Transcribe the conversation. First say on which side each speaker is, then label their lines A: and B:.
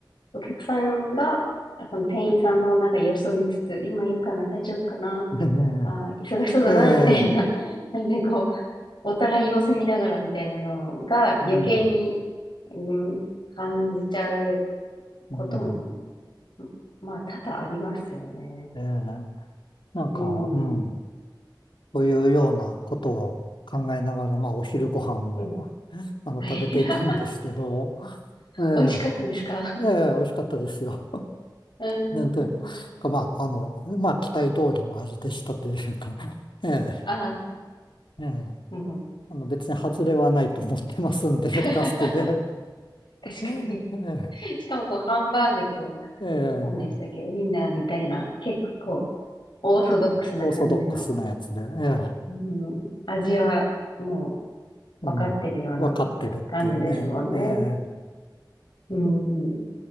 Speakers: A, on the left; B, on the left.
A: う、お客さんが、あその店員さんのなんか様子を見つつ、今いいかな、大丈夫かな、
B: <laughs>
A: あー、忙しそうだな、
B: ええ。
A: みたいな、<laughs> なんでこう、お互い様子見ながらみたいなのが余計に、
B: うん
A: うん、感じちゃうことも
B: うん。
A: ままあ、多々ありますよね。
B: ええ、なんか、
A: うん。
B: うん。というようなことを考えながら、まあ、お昼ご飯を、
A: うん。
B: あの、
A: <laughs> はい。
B: 食べていたんですけど、
A: <laughs>
B: <laughs> ええ、
A: 美味しかったですか
B: ええ、美味しかったですよ。<laughs>
A: うーん。
B: なんというか、まあ、あの、まあ、期待通りの味でしたというか、<laughs> ええ、
A: ああ、
B: ええ、
A: うん。
B: あの、別に外れはないと思ってますんで、
A: <laughs>
B: <laughs>
A: 確
B: ガストで。<laughs> ええ、
A: かに。しかも、こう、ハンバーグと、
B: ええ、
A: 何でしたっけ、ウインナーみたいな、結構、オーソドックスな感じの、
B: オーソドックスなやつで、ええ、
A: うん、味は、も
B: うん、
A: う、分かってるような
B: わかってるっていうね、
A: 感じですもんね。
B: ええ、
A: うん。